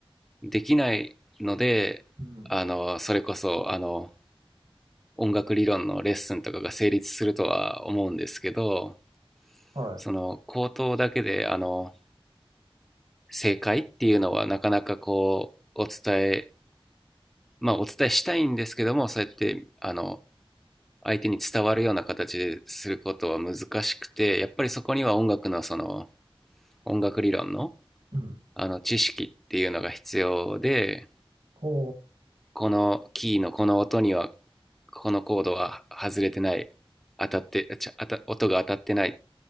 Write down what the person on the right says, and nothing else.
うん。
は
い。うん。
ほ